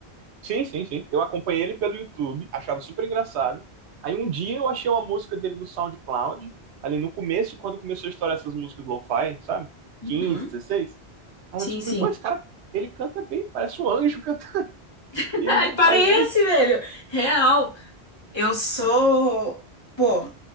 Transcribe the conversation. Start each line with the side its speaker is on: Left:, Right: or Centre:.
Right: Sim, sim, sim. Eu acompanhei ele pelo YouTube, achava super engraçado. Aí um dia eu achei uma música dele no SoundCloud, ali no começo, quando começou a estourar essas músicas lo-fi, sabe?
Left: Uhum.
Right: 15, 16. Aí
Left: Sim,
Right: eu descobri,
Left: sim.
Right: pô, esse cara, ele canta bem, parece um anjo cantando. <laughs>
Left: <laughs>
Right: Ele
Left: Ai,
Right: não
Left: parece,
Right: faz música.
Left: velho. Real. Eu sou. Pô,